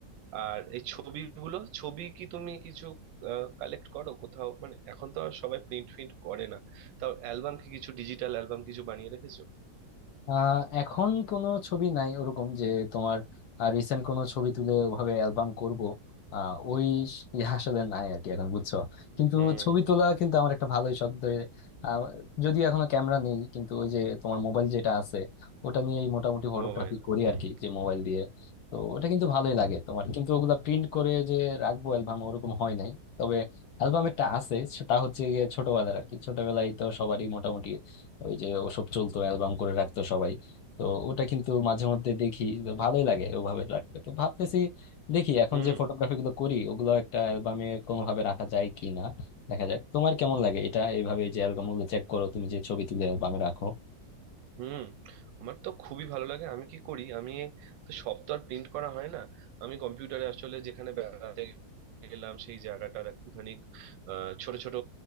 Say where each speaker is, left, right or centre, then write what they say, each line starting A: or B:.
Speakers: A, on the right; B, on the left.
A: আর এই ছবিগুলো ছবি কি তুমি কিছু কালেক্ট করো কোথাও মানে এখন তো আর সবাই প্রিন্ট ফ্রিন্ট করে না তাও অ্যালবাম কি কিছু ডিজিটাল অ্যালবাম কিছু বানিয়ে রেখেছো
B: আহ এখন কোনো ছবি নাই ওরকম যে তোমার রিসেন্ট কোনো ছবি তুলে ওভাবে অ্যালবাম করব আহ, ওই স- ইয়ে আসলে নাই আর কি এখন বুঝছো কিন্তু
A: হুম
B: ছবি তোলা কিন্তু আমার একটা ভালোই শখ ধরে- আহ, যদিও এখনো ক্যামেরা নেই কিন্তু ওই যে তোমার মোবাইল যেটা আছে ওটা নিয়েই মোটামুটি ফটোগ্রাফি
A: মোবাইল
B: করি
A: হুম
B: আর কি যে মোবাইল দিয়ে তো ওটা কিন্তু ভালোই লাগে তোমার কিন্তু ওগুলা প্রিন্ট করে যে রাখবো অ্যালবাম ওরকম হয় নাই তবে অ্যালবাম একটা আছে সেটা হচ্ছে গিয়ে ছোটবেলার আর কি ছোটবেলায় তো সবারই মোটামুটি ওই যে ওসব চলতো অ্যালবাম করে রাখতো সবাই তো ওটা কিন্তু মাঝে মধ্যে দেখি তো ভালোই লাগে ওভাবে রাখতে তো ভাবতেছি দেখি এখন
A: হুম
B: যে ফটোগ্রাফি গুলো করি ওগুলো একটা অ্যালবামে কোনোভাবে রাখা যায় কি না দেখা যাক তোমার কেমন লাগে এটা এইভাবে যে অ্যালবাম গুলো চেক করো তুমি যে ছবি তুলে অ্যালবামে রাখো
A: হুম আমার তো খুবই ভালো লাগে আমি কি করি আমি তো সব তো আর প্রিন্ট করা হয় না আমি কম্পিউটারে আসলে যেখানে বেড়াতে গেলাম সেই জায়গাটার একটুখানি আহ, ছোট ছোট